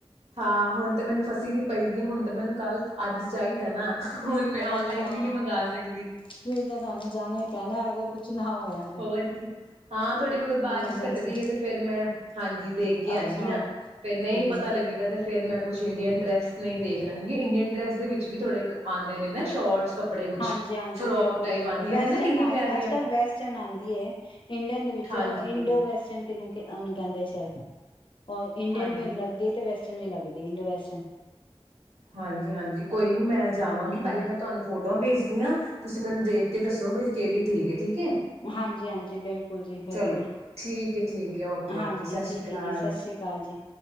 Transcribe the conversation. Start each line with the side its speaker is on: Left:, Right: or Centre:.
Right: ਹਾਂ ਹੁਣ ਤਾਂ ਮੈਨੂੰ ਫਸੀ ਦੀ ਪਈਦੀ ਹੈ ਹੁਣ ਤੇ ਮੈਨੂੰ ਕੱਲ੍ਹ ਅੱਜ ਚਾਹੀਦਾ ਨਾ ਹੁਣ ਮੈਂ ਔਨਲਾਈਨ
Left: ਅੱਛਾ
Right: ਵੀ ਨਹੀਂੀ ਮੰਗਵਾ ਸਕਦੀ
Left: ਫਿਰ ਤਾਂ ਤੁਹਾਨੂੰ ਜਾਣਾ ਈ ਪੈਣਾ ਅਗਰ ਕੁਛ ਨਾ ਹੋਇਆ ਤੇ
Right: ਹੋਰ ਕੀ ਹਾਂ ਥੋੜੀ ਅਗਰ ਬਾਰਿਸ਼
Left: ਐਮਰਜੈਂਸੀ
Right: ਘੱਟਦੀ ਹੈ ਤੇ ਫੇਿਰ ਮੈਂ ਹਾਂਜੀ ਦੇਖ ਕੇ ਆਉਦੀ
Left: ਅੱਛਾ,
Right: ਹ ਫੇਰ ਨਹੀਂ
Left: ਹੂੰ-ਹੂੰ।
Right: ਪਤਾ ਲੱਗੇਗਾ ਤੇ ਫੇਰ ਮੈਂ ਕੁਛ ਇੰਡੀਅਨ ਡਰੈਸ ਨਹੀਂ ਦੇਖ ਲਾਂ ਕਿਉਂਕਿ ਇੰਡੀਅਨ ਡਰੈਸ ਦੇ ਵਿੱਚ ਵੀ ਥੋੜੇ ਕ ਆਉਂਦੇ ਨੇ ਨਾ ਸ਼ੋਰਟਸ ਕੱਪੜੇ ਕੁਛ
Left: ਹਾਂਜੀ ਹਾਂਜੀ
Right: ਫਰੋਕ
Left: ਬਿਲਕੁਲ
Right: ਟਾਈਪ
Left: ਬਿਲਕੁਲ
Right: ਆਉਂਦੀਆਂ
Left: ਵੈਸਟਰਨ
Right: ਨੇ ਨਾ ਕਿੰਨੀ ਪਿਆਰੀਆਂ
Left: ਅੱਜ ਕੱਲ ਵੈਸਟਰਨ ਆਉਂਦੀ ਹੈ ਇੰਡੀਅਨ ਦੇ ਵਿੱਚ
Right: ਹਾਂਜੀ
Left: ਉਹ ਇੰਡੋ ਵੈਸਟਰਨ ਕਿਹਨੂੰ ਉਹਨੂੰ ਕਹਿੰਦੇ ਸ਼ਾਇਦ ਔਰ ਇੰਡੀਅਨ
Right: ਹਾਂਜੀ
Left: ਵੀ ਲਗਦੀ ਤੇ ਵੈਸਟਰਨ ਵੀ ਲਗਦੀ ਇੰਦੋਵੇਸਟਨ
Right: ਹਾਂਜੀ ਹਾਂਜੀ ਕੋਈ ਨੀ ਮੈਂ ਜਾਵਾਂਗੀ
Left: ਹੂੰ,
Right: ਪਹਿਲੇ ਮੈਂ ਤੁਹਾਨੂੰ ਫੋਟੋਆਂ ਭੇਜ ਤਆਂ <inaudible> ਤੁਸੀਂ ਮੈਨੂੰ ਦੇਖ ਕੇ ਦੱਸੋ ਫੇਰ ਕਿਹੜੀ ਠੀਕ ਏ ਜੀ
Left: ਹਾਂਜੀ ਹਾਂਜੀ ਬਿਲਕੁਲ ਜੀ ਬਿਲਕੁਲ
Right: ਚਲੋ ਠੀਕ ਹੈ ਠੀਕ ਹੈ ਓਕੇ
Left: ਹਾਂਜੀ
Right: ਓਕੇ ਸਤਿ ਸ਼੍ਰੀ
Left: ਠੀਕ
Right: ਅਕਾਲ
Left: ਹੈ ਜੀ ਸਤਿ ਸ੍ਰੀ ਅਕਾਲ ਜੀ